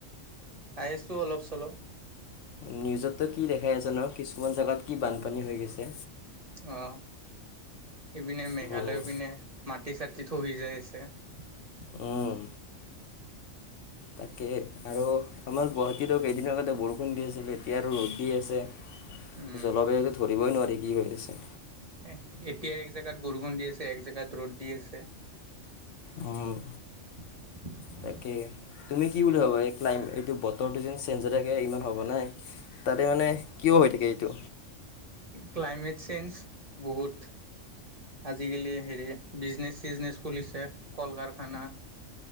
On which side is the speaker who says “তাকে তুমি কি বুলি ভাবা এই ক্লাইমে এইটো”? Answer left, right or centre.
Left